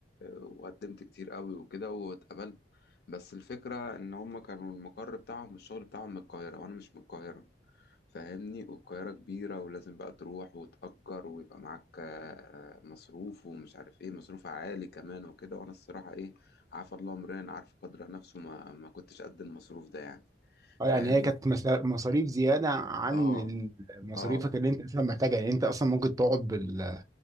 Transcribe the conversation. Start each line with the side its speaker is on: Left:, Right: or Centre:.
Left: وقدمت كتير قوي وكده واتقبلت بس الفكره ان هم كانوا المقر بتاعهم والشغل بتاعهم من القاهره وانا مش من القاهره فاهمني والقاهره كبيره ولازم بقى تروح وتأجر ويبقى معاك آه، مصروف ومش عارف ايه مصروف عالي كمان وكده وانا الصراحه ايه عارف الله امرين عارف قدر نفسه ما ما كنتش قد المصروف ده يعني
Right: اه
Left: فاهم
Right: يعني هي كانت مس- مصاريف زيادة عن
Left: <clears throat> اه
Right: مصاريفك
Left: اه
Right: اللي انت اصلا محتاجها يعني انت اصلا ممكن تقعد بال